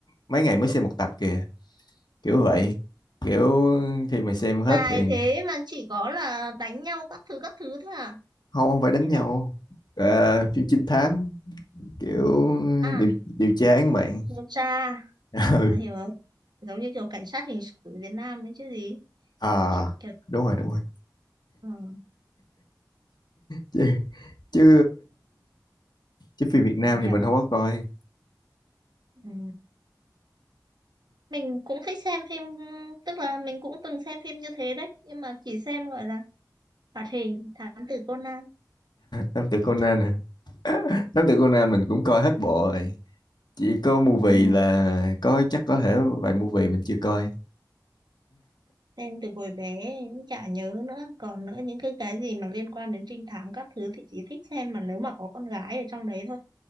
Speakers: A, on the left; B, on the right.
A: mấy ngày mới xem một tập kìa kiểu vậy kiểu khi mà xem hết
B: dài
A: thì
B: thế mà chỉ có là đánh nhau các thứ các thứ thôi à
A: không không phải đánh
B: thế
A: nhau
B: nó
A: Ờ, phim trinh thám kiểu
B: à
A: điều điều tra án mạng
B: điều tra
A: <laughs> ừ
B: à, hiểu rồi. giống như kiểu cảnh sát hình sự ở Việt Nam đấy chứ gì
A: à
B: kiểu, kiểu
A: đúng rồi đúng rồi
B: ừ,
A: chứ chứ chứ phim Việt Nam
B: mình hiểu
A: thì mình không có coi
B: ừ. mình cũng thích xem phim tức là mình cũng từng xem phim như thế đấy nhưng mà chỉ xem gọi là hoạt hình Thám tử Conan
A: Nam tử Conan nè Thám tử Conan mình cũng coi hết bộ rồi. Chỉ có movie
B: ừ.
A: là có chắc có thể vài movie mình chưa coi.
B: xem từ hồi bé cũng chả nhớ nữa còn nữa những cái cái gì mà liên quan đến trinh thám các thứ thì chỉ thích xem mà nếu mà có con gái ở trong đấy thôi